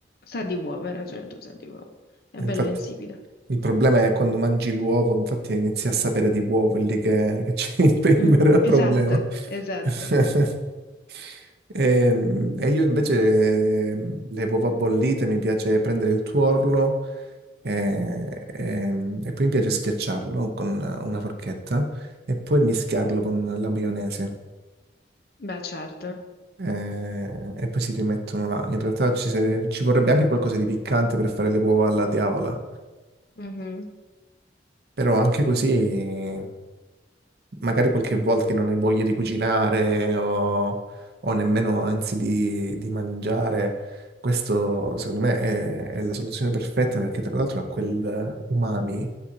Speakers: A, on the left; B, on the right.
A: Sa di uova, hai ragione tu, sa di uova. È
B: Infatti...
A: bello insipido.
B: Il problema è quando mangi l'uovo, infatti inizi a sapere di uovo, è lì che, che c'è <laughs> il
A: Mm,
B: vero
A: Esatto,
B: problema.
A: esatto.
B: <laughs> Ehm, E, io invece ehm, le uova bollite mi piace prendere il tuorlo eh, ehm, e, poi mi piace schiacciarlo con una forchetta e poi mischiarlo con la maionese.
A: Beh, certo.
B: Eh, e poi si rimettono là. In realtà ci, se- ci vorrebbe anche qualcosa di piccante per fare le uova alla diavola.
A: Mhm.
B: Però anche così, magari qualche volta che non hai voglia di cucinare o, o nemmeno anzi di, di mangiare, questo secondo me è, è la soluzione perfetta perché tra l'altro ha quel umami